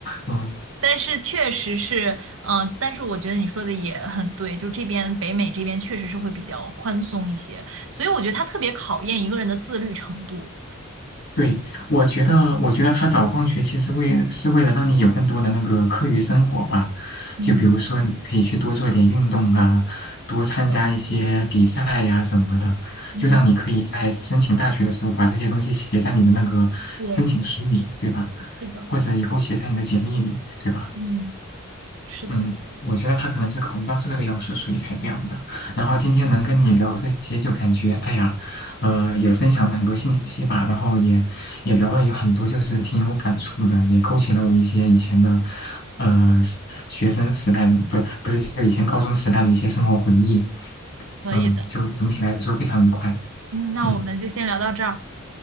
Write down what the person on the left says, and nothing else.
嗯。
对，我觉得，我觉得他早放学其实为是为了让你有更多的那个课余生活吧，
就比如说你可以去多做点运动啊，多参加一些比赛呀、
什么的，
就让你可以在申请大学的时候把这些东西写在你的那个申请书里，
对吧？
或者以后写在你的简历里，对吧？
嗯，我觉得他可能是考虑到这个要素，所以才这样的。然后今天能跟你聊这些，就感觉哎呀，呃，也分享了很多信息吧，然后也也聊了有很多，就是挺有感触的，也勾起了我一些以前的，呃，时学生时代的，不不是就以前高中时代的一些生活回忆。
嗯，就总体来说非常愉快。
嗯